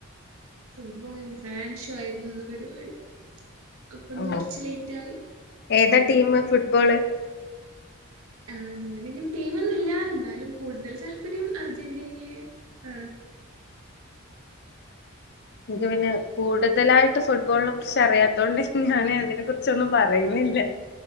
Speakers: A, on the right; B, on the left.
A: ഫുട്ബോളിന്റെ ഫാൻ ഷോ ആയിരുന്നു ഇന്ന് പരിപാടി അപ്പൊ ഒന്ന്
B: ഓ
A: കുറച്ച് ലേറ്റ് ആയി
B: ഏതാ
A: ഉം
B: ടീം ഫുട്ബോള്
A: ആ ഞാനങ്ങനെ ടീമൊന്നുംല്ല എന്നാലും കൂടുതൽ താല്പര്യം അർജന്റീനയെ ആണ്
B: നിനിക്ക്
A: ഉം.
B: പിന്നെ കൂടു കൂടുതലായിട്ട് ഫുട്ബോളിനെ കുറിച്ച് അറിയാത്തോണ്ട് ഞൻ അതിനെ കുുറിച്ചൊന്നും പറയുന്നില്ല